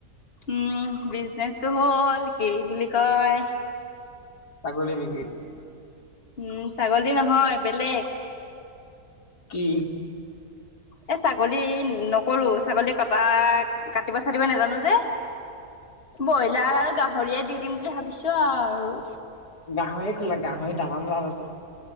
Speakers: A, on the left; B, on the left.
A: উম বিজনেচটো হ'ল কি বুলি কয়
B: ছাগলী বিক্ৰী
A: উম ছাগলী নহয় বেলেগ
B: কি?
A: এ ছাগলী নকৰো ছাগলী কটা কাটিব চাটিব নাজানো যে ব্ৰইলাৰ আৰু গাহৰিয়ে দি দিম বুলি ভাবিছো আৰু
B: গাহৰি খোলা গাঁহৰি তামাম লাভ আছে।